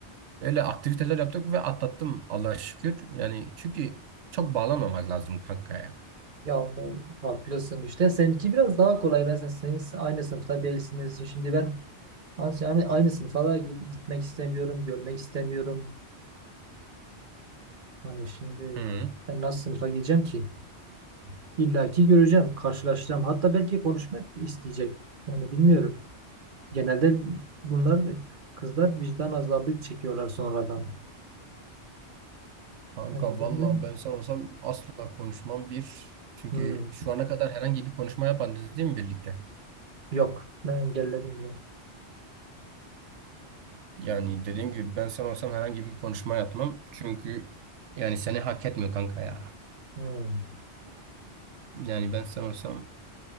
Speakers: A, on the right; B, on the right.
A: Öyle aktiviteler yaptık ve atlattım Allah'a şükür. Yani çünkü çok bağlanmamak lazım kanka ya.
B: Ya ben- haklısın işte seninki biraz daha kolay mesela senin aynı sınıfta değilsiniz şimdi ben ans- yani aynı sınıfa da gi- gitmek istemiyorum görmek istemiyorum hani şimdi
A: Hı.
B: ben nasıl sınıfa gideceğim ki İlla ki göreceğim karşılaşacağım hatta belki konuşmak isteyecek yani bilmiyorum genelde bunlar kızlar vicdan azabı çekiyorlar sonradan
A: Kanka
B: yani bilmiyorum
A: valla ben sen olsam asla konuşmam bir. Çünkü
B: Hmm.
A: şu ana kadar herhangi bir konuşma yapmadınız değil mi birlikte?
B: yok ben engelledim bile.
A: Yani dediğim gibi ben sen olsam herhangi bir konuşma yapmam. Çünkü yani seni hak etmiyor kanka ya.
B: Hmm.
A: Yani ben sen olsam